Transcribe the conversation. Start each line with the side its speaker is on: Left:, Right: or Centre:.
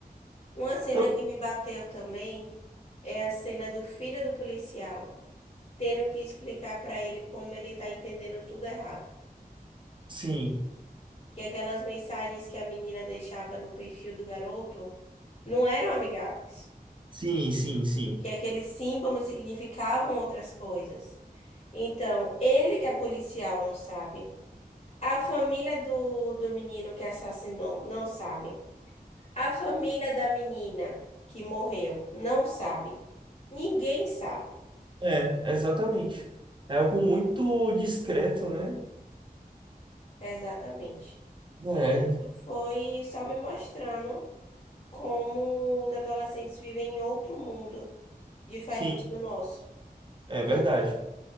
Left: Uma cena
Right: Tá-
Left: que me bateu também é a cena do filho do policial. tendo que explicar para ele como ele tá entendendo tudo errado.
Right: Sim,
Left: Que aquelas mensagens que a menina deixava no perfil do garoto não eram amigáveis.
Right: sim, sim, sim.
Left: Que aqueles símbolos significavam outras coisas. Então, ele que é policial não sabe. A família do, do menino que assassinou não sabe. A família da menina que morreu não sabe. Ninguém sabe
Right: É, exatamente. É algo muito discreto, né?
Left: exatamente.
Right: É,
Left: E isso foi só me mostrando. como os adolescentes vivem em outro mundo, diferente
Right: sim,
Left: do nosso.
Right: é verdade.